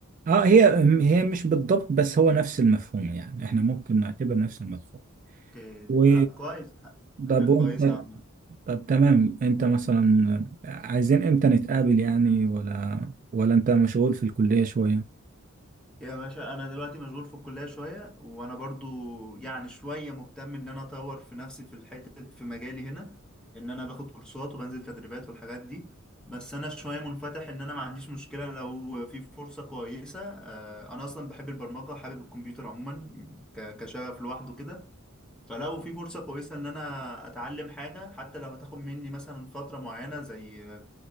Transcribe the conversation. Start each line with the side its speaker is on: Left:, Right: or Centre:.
Right: اه هي هي مش بالضبط بس هو نفس المفهوم يعني احنا ممكن نعتبر نفس المفهوم
Centre: اوكي
Right: و
Centre: لا كويس فكره
Right: طب وانت
Centre: كويسه عامه
Right: طب تمام انت مثلا عايزين امتى نتقابل يعني ولا ولا انت مشغول في الكليه شويه
Centre: يا باشا انا دلوقتي مشغول في الكليه شويه وانا برضو يعني شويه مهتم ان انا اطور في نفسي في الحته في مجالي هنا ان انا باخد كورسات وبنزل تدريبات والحاجات دي بس انا شويه منفتح ان انا ما عنديش مشكله لو في فرصه كويسه آه، انا اصلا بحب البرمجه حابب الكمبيوتر عموما ك- كشغف لوحده كده فلو في فرصه كويسه ان انا اتعلم حاجه حتى لو هتاخد مني مثلا فتره معينه زي